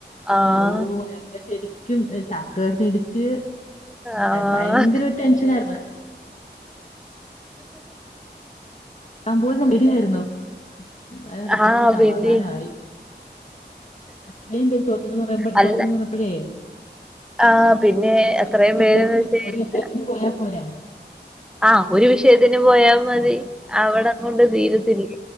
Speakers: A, in the centre; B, on the left (about 45°).
A: ആഹ്
B: അല്ലോഹ് അപ്പൊ ശരിക്കും തകർന്ന് ഇടിച്ച്
A: ആഹ്
B: ഭയങ്കര ടെൻഷനായിരുന്നു ഞാൻ പോയിരുന്നു മിഡി ആയിരുന്നു എന്നാലും റിസൾട്ട്
A: ആഹ്
B: വന്നപ്പം സമാധാനമായി
A: പിന്നെ
B: അത്രയും പേര് തോറ്റിട്ടന്ന് പറയമ്പ
A: അല്ല
B: തോറ്റന്ന് പറഞ്ഞപ്പോഴേ
A: ആഹ് പിന്നെ
B: ഒരു
A: അത്രയും
B: ഒരു വിഷയത്തിന്
A: പേരെന്ന് വച്ച് കഴിഞ്ഞാ
B: ഒരു വിഷയത്തിന് പോയാ പോരെ
A: ആഹ് ഒരു വിഷയത്തിന് പോയാമതി
B: നോക്കാന്
A: <unintelligible> <unintelligible> കൊണ്ട് തീരത്തില്ലേ